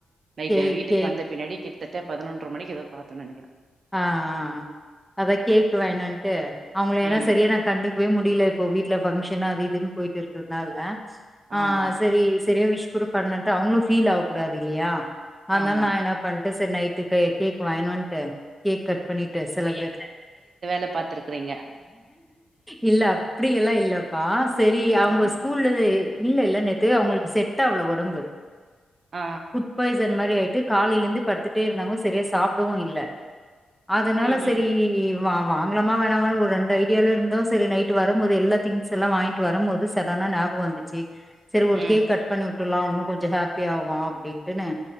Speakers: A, on the right; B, in the centre.
A: நைட்டு
B: கேக்
A: வீட்டுக்கு
B: கேக்
A: வந்த பின்னாடி கிட் தட்ட பதனொன்ற மணிக்கி ஏதோ பாத்தோன் நெனைக்கிற
B: அ அ அ அதா கேக்குவ என்னன்ட்டு அவங்குள ஏன்னா
A: ம்
B: செரியா நா கண்டுக்குவே முடில இப்போ வீட்ல ஃபங்க்ஷன் அது இதுன்னு போயிட்டு இருக்கறதுனால ஆ
A: ஆமா
B: செரி செரியா விஷ் கூட பண்லன்ட்டு அவங்களு ஃபீல் ஆவ கூடாது இல்லையா அதனால
A: ஆமா
B: நா என்னாப் பண்ட்ட செர் நைட்டு கே கேக் வாங்கின் வந்ட்டு கேக் கட் பண்ணிட்டு செலப்ரேட்
A: அ பாத்துருக்குறீங்க
B: இல்ல அப்புடியெல்லா இல்லப்பா செரி அவுங்க
A: ஆ
B: ஸ் கூல்லவே இல்ல இல்ல நேத்து அவுங்களுக்கு செட் ஆவல ஒடம்பு
A: அ
B: ஃபுட் பாய்சன் மாரி ஆயிட்டு காலையிலந்து படுத்துட்டே இருந்தாங்கோ சரியா சாப்புடவு இல்ல அதனால
A: ம் ம்
B: செரி வா வாங்கலாமா வேணாமான்னு ஒரு ரெண்டு ஐடியால இருந்தோ செரி நைட்டு வரம்போது எல்லா திங்ஸ் எல்லா வாயின் ட்டு வரம்போது சடனா ஞாபகோ வந்துச்சி செரி ஒரு
A: ம்
B: கேக் கட் பண்ணிவுட்டுல்லா இன்னோ கொஞ்சோ ஹாப்பி ஆகோ அப்டின்ட்டுன்னு